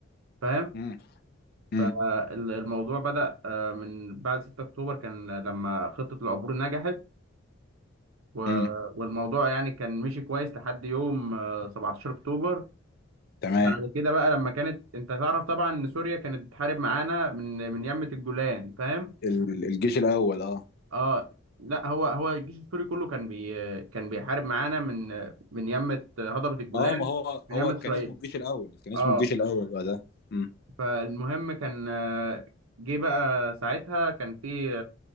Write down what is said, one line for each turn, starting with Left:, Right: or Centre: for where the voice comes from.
Right: فاهم
Left: امم امم
Right: فالموضوع بدأ آه، من بعد 6 أكتوبر كان لما خطة العبور نجحت و-
Left: امم
Right: والموضوع يعني كان مشي كويس لحد يوم آه، 17 أكتوبر
Left: تمام
Right: بعد كده بقى لما كانت انت تعرف طبعا ان سوريا كانت بتحارب معانا من من يمة الجولان فاهم
Left: ال- الجيش الاول اه
Right: اه لا هو هو الجيش السوري كله كان بي كان بيحارب معانا من من يمة هضبة الجولان
Left: اه ما هو
Right: من
Left: هو
Right: يمة
Left: كان
Right: اسرائيل
Left: اسمه الجيش الاول كان اسمه
Right: اه
Left: الجيش الاول بقى ده امم
Right: فالمهم كان آه، جه بقى ساعتها كان في